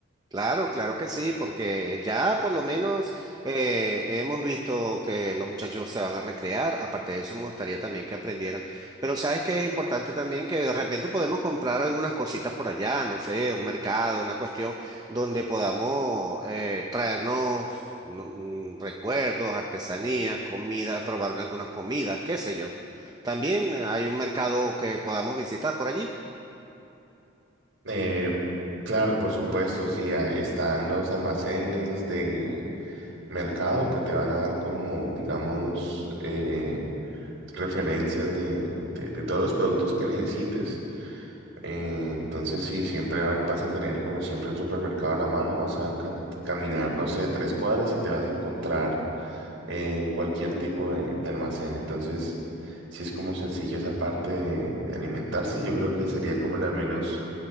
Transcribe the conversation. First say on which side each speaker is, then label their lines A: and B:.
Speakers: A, on the right; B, on the right.
A: Claro, claro que sí, porque ya por lo menos eh, hemos visto que los muchachos se van a recrear. Aparte de eso, me gustaría también que aprendieran. Pero sabes que es importante también que de repente podemos comprar algunas cositas por allá, no sé, un mercado, una cuestión donde podamos eh, traernos mm, mm, recuerdos, artesanías, comida, probar algunas comidas, qué sé yo. También hay un mercado que podamos visitar por allí.
B: Eh, claro, por supuesto, sí, ah, están los almacenes de mercado que te van a dar como, digamos, eh, referencias de, de, de todos los productos que necesites. Eh, entonces, sí, siempre van- vas a tener como siempre un supermercado a la mano, vas a ca- caminar, no sé, tres cuadras y te vas a encontrar eh, cualquier tipo de, de almacén. Entonces, si es como sencilla esa parte de, de alimentarse, yo creo que sería como la menos,